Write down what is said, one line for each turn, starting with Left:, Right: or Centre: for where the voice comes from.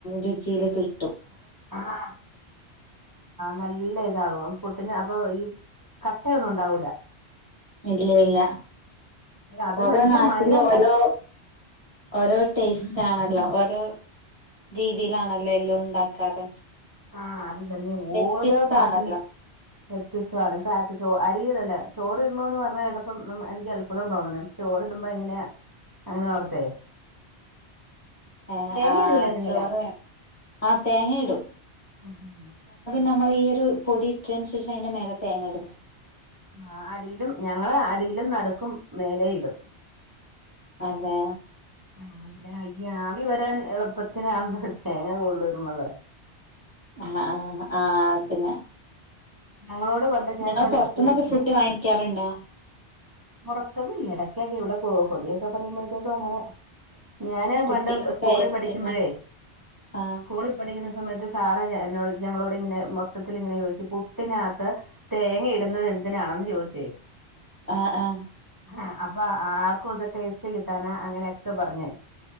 Left: രുചീല് കഴി
Right: ആഹ് നല്ല ഇതാവോ അഹ് പുട്ടിന് അപ്പൊ ഈ കട്ടയൊന്നും ഉണ്ടാവൂല
Left: ഇല്ല ഇല്ല
Right: അത്
Left: ഓരോ
Right: നല്ല
Left: നാട്ടിലു
Right: മയം ഉണ്ടാവും
Left: ഓരോ ഓരോ ടേസ്റ്റ് ആണല്ലോ ഓരോ രീതിയിലാണല്ലോ എല്ലാം ഉണ്ടാക്കാറ്
Right: ആഹ് അത് തന്നെ
Left: വ്യത്യസ്താണല്ലോ.
Right: ഓരോ നാട്ടിലും വ്യത്യസ്ത്ത്വാണ് ഇപ്പ <unintelligible> അരിയതല്ല ചോറി ഇരണന്ന് പറഞ്ഞ ഏടെപ്പം എൻക്ക് അല്ഭുതം തോന്ന്ണ് ചോറിടുമ്പോ എങ്ങെന അങ്ങനെ ഓർത്തേ
Left: ഏഹ്
Right: തേങ്ങ
Left: ആഹ്
Right: ഇടൂലേ നിങ്ങള്
Left: ചോറ് ആഹ് തേങ്ങ ഇടും
Right: <unintelligible>
Left: നമ്മൾ ഈ ഒരു പൊടിയിട്ടന് ശേഷം അതിന്റെ മേലത്തെ തേങ്ങ ഇടുന്ന
Right: ആ അടിയിലും ഞങ്ങള് അടിയിലും നടുക്കും മേലെയിടും
Left: അതെ
Right: ആ പിന്നെ അയ്യ ആവി വരാൻ എളുപ്പത്തിൽ ആണല്ലോ തേങ്ങ കൂടുതലിടുന്നത്
Left: ആ ആഹ് ആ അതിന്നെ
Right: ഞങ്ങളോട് പണ്ട് ഞാൻ
Left: <unintelligible>
Right: പണ്ട്
Left: പൊറത്തന്നൊക്കെ
Right: സ്കൂൾ
Left: ഫുഡ് വാങ്ങിക്കാറുണ്ടോ?
Right: <unintelligible> എടക്കൊക്കെ എവിടെ പോകും പൊതിയൊക്കെ പറയുമ്പോഴത്തേക്കും അങ്ങനെ ഞാന്
Left: കുട്ടികൾക്കായിരിക്കുന്ന
Right: പണ്ട് സ്കൂളിൽ പഠിക്കുമ്പഴേ
Left: ആ
Right: സ്കൂളിൽ പഠിക്കുന്ന സമയത്ത് സാറോട് ഞങ്ങളോട് ഇങ്ങനെ മൊത്തത്തിൽ ഇങ്ങനെ ചോദിച്ചു പുട്ടിനകത്ത് തേങ്ങ ഇടുന്നത് എന്തിനാണന്ന് ചോദിച്ചേ
Left: അ ആ
Right: ആ അപ്പൊ ആർക്കും ഇത് ടേസ്റ്റ് കിട്ടാനാ അങ്ങനെയൊക്കെ പറഞ്ഞേ